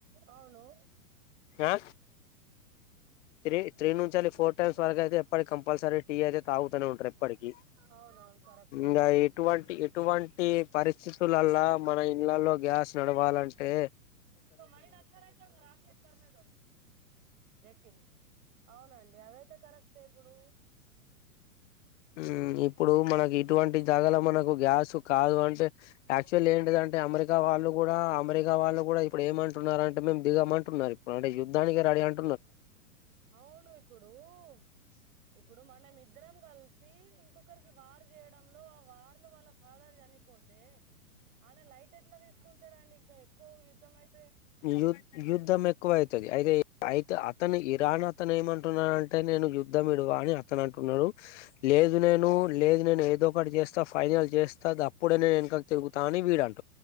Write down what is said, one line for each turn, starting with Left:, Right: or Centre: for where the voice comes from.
Right: అవును
Left: ఆ త్రీ త్రీ నుంచళి ఫోర్ టైమ్స్ వరకు అయితే ఎప్పటి కంపల్సరీ టీ అయితే తాగుతనే ఉంటారు ఎప్పటికీ
Right: అవునవును కరెక్టే
Left: ఇంగా
Right: అండి
Left: ఎటువంటి ఎటువంటి పరిస్థితులల్లా మన ఇండ్ల లలో గ్యాస్ నడువాలంటే
Right: ఇస్ కా మైండ్ అచ్చా రహిదో ఆఫీస్ కర్నేదో దేకు తి మి అవునండి అది అయితే కరక్తే ఇప్పుడు
Left: ఉ ఇప్పుడు మనకి ఇటువంటి జాగల మనకు గ్యాస్ కాదు అంటే యాక్చువల్ ఏంటిదంటే అమెరికా వాళ్ళు కూడా అమెరికా వాళ్ళు కూడా ఇప్పుడు ఏమంటున్నారు అంటే మేం దిగమంటున్నారు ఇప్పుడు అంటే యుద్ధానికి రెడీ అన్
Right: అవును ఇప్పుడు ప్చ్ ఇప్పుడు మన్ న మీర్ ఇద్దరం గల్సి ఇంకొకరి క్ వార్ జేయడం లో ఆ వార్లు వళ్ళ ఫాదర్ చనిపోతే ఆన లైట్ ఎట్లా తీసుకుంటాడండి ఇంకా ఎక్కువ యుద్ధం అయి
Left: యుద్ యుద్ధం ఎక్కువ అవుతది అయినా అయితే తను ఇరాన్ అతను ఏమంటున్నాడంటే నేను యుద్ధం విడువా అని అతను అంటున్నాడు
Right: ఉమ్
Left: లేదు నేను లేదు నేను ఏదో ఒకటి చేస్తా ఫైనల్ చేస్తా గప్పుడే నేను వెనుకకు తిరుగుతానని వీడు అన్